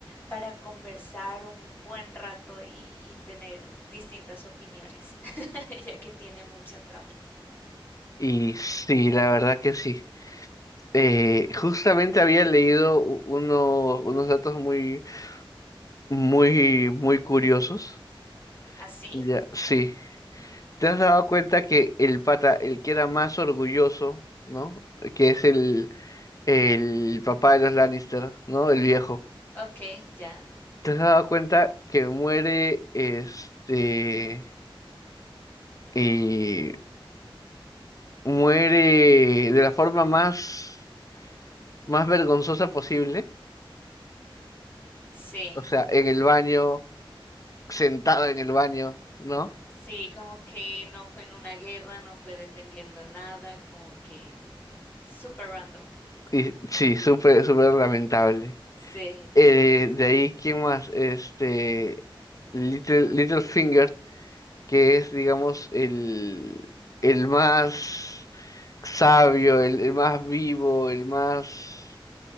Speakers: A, on the left (about 20°); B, on the left (about 40°).
A: para conversar un buen rato y, y tener distintas opiniones, <laughs> ya que tiene mucha trama.
B: Y sí, la verdad que sí. Eh, justamente había leído u- uno- unos datos muy, muy, muy curiosos.
A: ¿Así?
B: Ya, sí. ¿Te has dado cuenta que el pata, el que era más orgulloso, ¿no? Que es el, el papá de los Lannister, ¿no? El viejo.
A: Ok, ya.
B: ¿Te has dado cuenta que muere, este, y muere de la forma más, más vergonzosa posible?
A: Sí,
B: O sea, en el baño, sentado en el baño, ¿no?
A: sí, como que no fue en una guerra, no fue defendiendo nada, como que super random.
B: Y sí, súper, súper lamentable.
A: Sí.
B: Eh, de ahí, ¿quién más? Este, Little, Littlefinger. que es, digamos, el, el más sabio, el, el más vivo, el más,